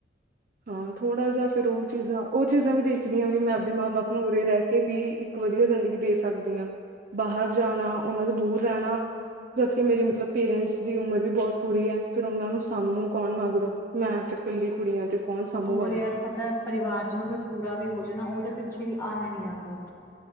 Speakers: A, on the right; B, on the left.
A: ਹਾਂ ਥੋੜਾ ਜਿਹਾ ਫੇਰ ਉਹ ਚੀਜ਼ਾਂ, ਉਹ ਚੀਜ਼ਾਂ ਵੀ ਦੇਖ ਦੀ ਹਾਂ ਵੀ, ਮੈਂ ਆਪਣੇ ਮਾਂ ਬਾਪ ਨੂੰ ਉਰੇ ਰਹਿ ਕੇ ਵੀ ਵਧੀਆ ਜ਼ਿੰਦਗੀ ਦੇ ਸਕਦੀ ਹਾਂ, ਬਾਹਰ ਜਾਣਾ ਉਹਨਾਂ ਤੋਂ ਦੂਰ ਰਹਿਣਾ ਜਦਕਿ ਮੇਰੇ ਮਤਲਬ, ਪੇਰੈਂਟਸ ਦੀ ਉਮਰ ਵੀ ਬਹੁਤ ਹੋ ਰਹੀ ਹੈ ਫਿਰ ਉਹਨਾਂ ਨੂੰ ਸਾਮੂੰ ਕੌਣ ਮਰ ਕਰੋ, ਮੈਂ ਫੇਰ ਕੱਲੀ ਕੁੜੀ ਆਂ ਤੇ। ਕੌਣ ਸਾਂਭੂਗਾ
B: ਹੋਰ
A: ਉਹਨਾਂ
B: ਯਾਰ ਪਤਾ ਏ, ਪਰਿਵਾਰ ਚ ਨਾ ਕੋਈ ਪੂਰਾ ਵੀ ਹੋ ਜਾੇ ਨਾ, ਉਹਦੇ ਪਿੱਛੇ ਵੀ ਆਇਆ ਨੀ ਜਾਂਦਾ ਉੱਥੋਂ।